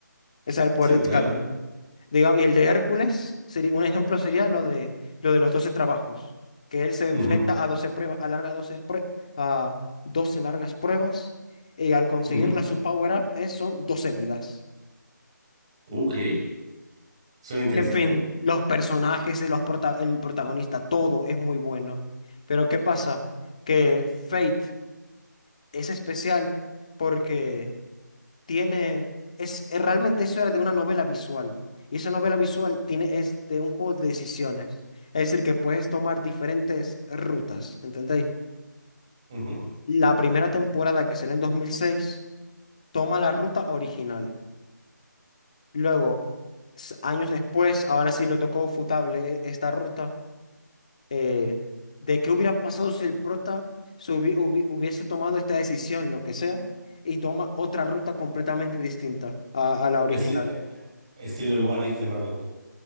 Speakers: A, on the left (about 20°); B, on the right (about 15°).
A: Ese es el poder
B: sí,
A: de Excalibur.
B: claro.
A: Digamos, y el de Hércules, sería, un ejemplo sería lo de, lo de los doce trabajos, que él se enfrenta
B: Ujú,
A: a 12 pruebas, a larga 12 prue- a 12 largas pruebas, y al conseguirla
B: ujú.
A: su power-up es- son 12 vidas.
B: Ok, suena interesante.
A: Y en fin, los personajes, los prota- el protagonista, todo es muy bueno. Pero ¿qué pasa? Que Fate es especial porque tiene, es, es- realmente eso era de una novela visual. Y esa novela visual tiene, es de un juego de decisiones. Es decir, que puedes tomar diferentes rutas, ¿entendéis?
B: Ujú.
A: La primera temporada, que será en dos mil seis toma la ruta original. Luego, s- años después, ahora sí lo tocó Futable e- esta ruta, eh, de qué hubiera pasado si el prota se hubi- hubi- hubiese tomado esta decisión, lo que sea, y toma otra ruta completamente distinta a a la original.
B: Esti- eh, eh, estilo el What If de Marvel, ¿no?